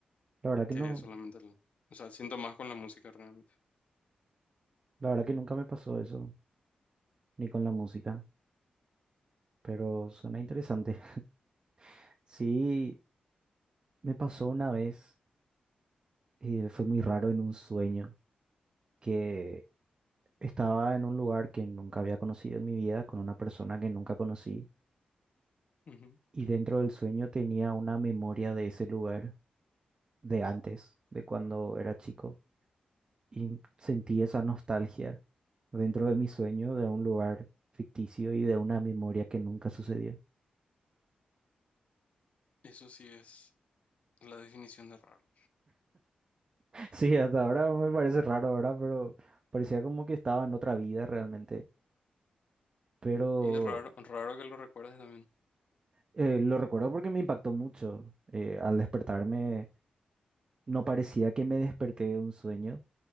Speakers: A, on the right; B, on the left.
A: La verdad que
B: que
A: no,
B: solamente, el- o sea, siento más con la música realmente.
A: la verdad que nunca me pasó eso, ni con la música, pero suena interesante. <laughs> Sí, me pasó una vez, y fue muy raro en un sueño, que Estaba en un lugar que nunca había conocido en mi vida, con una persona que nunca conocí,
B: Ujú.
A: y dentro del sueño tenía una memoria de ese lugar, de antes, de cuando era chico, y sentí esa nostalgia dentro de mi sueño de un lugar ficticio y de una memoria que nunca sucedió.
B: Eso sí es la definición de raro.
A: <laughs> Sí, hasta ahora me parece raro ahora, pero parecía como que estaba en otra vida realmente, pero
B: Y es raro, raro que lo recuerdes también.
A: eh, lo recuerdo porque me impactó mucho. eh, al despertarme, no parecía que me desperté de un sueño